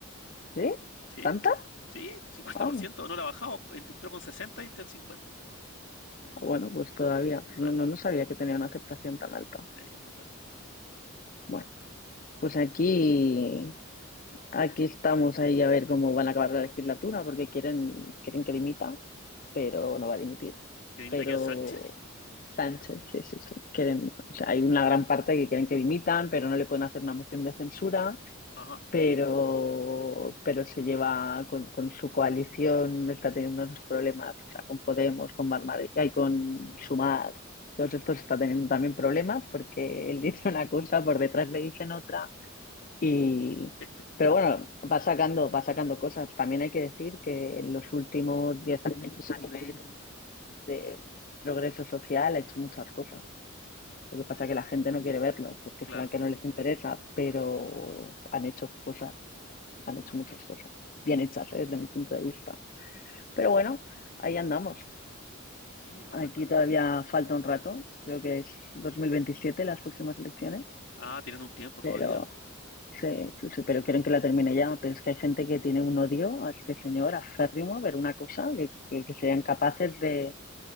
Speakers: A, on the left; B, on the left.
A: ¿Sí?
B: ¿Sí?
A: ¿Tanta?
B: ¿Sí? 50%,
A: Ah,
B: no la ha bajado, en- entró con 60 y está en 50.
A: bueno, pues todavía.
B: Brutal,
A: Pues no, no, no sabía que tenía una aceptación tan alta.
B: sí, brutal.
A: Bueno, pues aquí. Aquí estamos ahí a ver cómo van a acabar la legislatura, porque quieren, quieren que dimita, pero no va a dimitir.
B: ¿Que dimita
A: Pero
B: aquí en Sánchez?
A: Sánchez, sí, sí, sí. Quieren, o sea, hay una gran parte que quieren que dimitan, pero no le pueden hacer una moción de censura,
B: Ajá.
A: pero, pero se lleva con, con su coalición, está teniendo esos problemas, o sea, con Podemos, con Barmarika y con
B: Ah,
A: Sumar. Todos estos está teniendo también problemas porque él <laughs> dice una cosa, por detrás le dicen otra y,
B: eh,
A: pero bueno, va sacando, va sacando cosas. También hay que decir que en los últimos 10 años a nivel de progreso social ha hecho muchas cosas. Lo que pasa es que la gente no quiere verlo, porque
B: claro.
A: será que no les interesa, pero han hecho cosas, han hecho muchas cosas, bien hechas, ¿eh? desde mi punto de vista. Pero bueno, ahí andamos.
B: Qué lata.
A: Aquí todavía falta un rato, creo que es 2027 las próximas elecciones.
B: Ah, tienen un tiempo todavía.
A: Pero sí, sí, sí, pero quieren que la termine ya. Pero es que hay gente que tiene un odio a este señor aférrimo a ver una cosa, que, que, que serían capaces de,